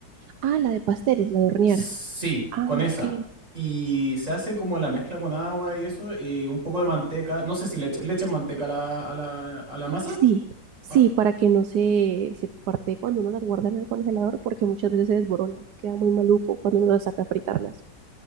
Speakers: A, on the right; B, on the right.
A: Ah, la de pasteles, la de hornear.
B: Sí,
A: Ah,
B: con esa.
A: ok.
B: Y se hace como la mezcla con agua y eso, y un poco de manteca. No sé si le, echa- le echan manteca a la, a la, a la masa.
A: Sí, sí,
B: Ah,
A: para que no se, se parte cuando uno las guarda en el congelador, porque muchas veces se desborona, queda muy maluco cuando uno las saca a fritarlas.